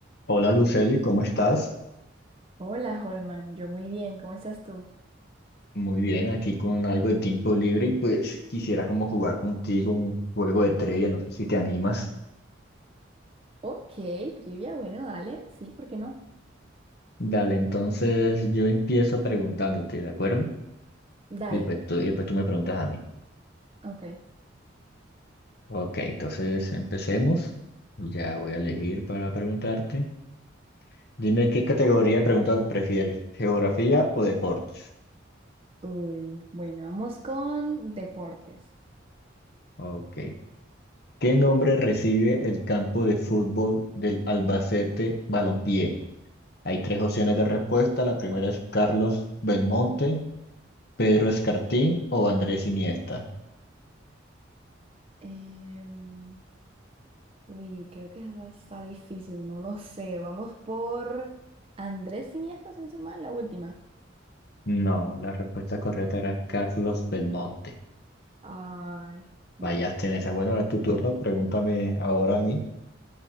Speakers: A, on the left; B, on the right.
A: Hola Luceli, ¿cómo estás?
B: Hola, Holman. Yo muy bien. ¿Cómo estás tú?
A: Muy bien, aquí con algo de tiempo libre y pues quisiera como jugar contigo un juego de trivia, no sé si te animas.
B: Ok, trivia. Bueno, dale. Sí, ¿por qué no?
A: Dale, entonces yo empiezo preguntándote, ¿de acuerdo?
B: Dale.
A: Y pues tú, y después tú me preguntas a mí.
B: Ok.
A: Ok, entonces empecemos. Ya voy a elegir para preguntarte. Dime qué categoría de preguntas prefieres, ¿geografía o deportes?
B: Uy, bueno, vamos con deportes.
A: Ok. ¿Qué nombre recibe el campo de fútbol del Albacete Balompié? Hay tres opciones de respuesta. La primera es Carlos Belmonte, Pedro Escartín o Andrés Iniesta.
B: Em, uy, creo que esa está difícil. No lo sé. Vamos por Andrés Iniesta, sin ser mal, la última.
A: No, la respuesta correcta era Carlos Belmonte.
B: Ay, bueno.
A: Fallaste en esa. Bueno, ahora es tu turno. Pregúntame ahora a mí.